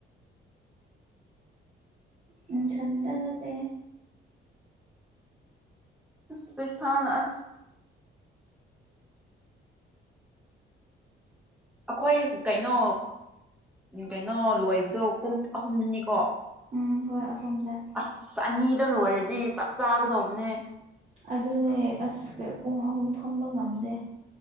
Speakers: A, on the right; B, in the centre.
A: ꯅꯪꯁꯟꯇ ꯅꯠꯇꯦ
B: <unintelligible> ꯄꯁꯅ ꯑꯁ ꯑꯩꯈꯣꯏ ꯀꯩꯅꯣ ꯎ ꯀꯩꯅꯣ ꯂꯣꯏꯕꯗꯣ ꯄꯨꯡ ꯑꯍꯨꯝꯗꯅꯤꯀꯣ
A: ꯎꯝ ꯍꯣꯏ ꯑꯍꯨꯝꯗ
B: ꯑꯁ ꯑꯅꯤꯗ ꯂꯣꯏꯔꯗꯤ ꯆꯞ ꯆꯥꯒꯗꯧꯕꯅꯦ
A: ꯑꯗꯨꯅꯦ ꯑꯁ ꯄꯨꯡ ꯑꯍꯨꯝ ꯐꯝꯕ ꯉꯝꯗꯦ